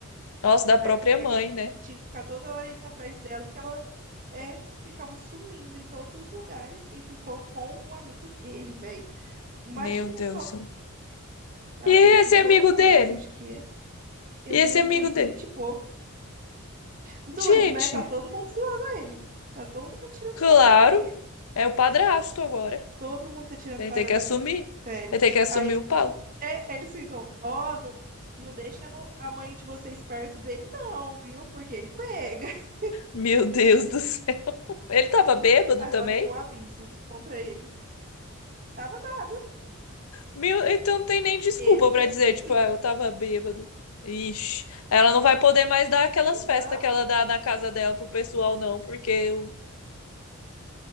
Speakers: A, on the left; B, on the right.
A: Nossa, da
B: Aí
A: própria mãe, né?
B: tinha que ficar toda hora indo atrás dela, porque ela é, ficava sumindo em todos os lugares e ficou com um amigo dele, velho. Imagina
A: Meu Deus.
B: só,
A: do céu.
B: ela
A: E
B: tem 50
A: esse amigo dele?
B: anos, acho que é. E
A: E
B: o menino
A: esse amigo
B: tem
A: dele?
B: 20 e pouco. Doido,
A: Gente,
B: né? Tá todo mundo zoando ele. Tá todo mundo tirando
A: claro,
B: sarro da cara dele.
A: é o padrasto agora.
B: Todo mundo tá tirando
A: Ele
B: sarro
A: tem
B: da
A: que
B: cara
A: assumir.
B: dele. Sério.
A: Ele tem que assumir
B: Aí
A: o pau.
B: É, eles ficam, ó, não, não deixa a mo- a mãe de vocês perto dele, não, viu? Porque ele pega. <laughs>
A: Meu Deus do céu. Ele tava bêbado
B: Agora
A: também?
B: tem um aviso contra ele. Tava nada.
A: Meu, então não tem nem desculpa
B: Ele fez
A: pra dizer,
B: porque quis.
A: tipo, ah, eu tava bêbado. Ixi, ela não vai poder mais dar aquelas
B: Tem
A: festas
B: não.
A: que ela dá na casa dela pro pessoal, não, porque o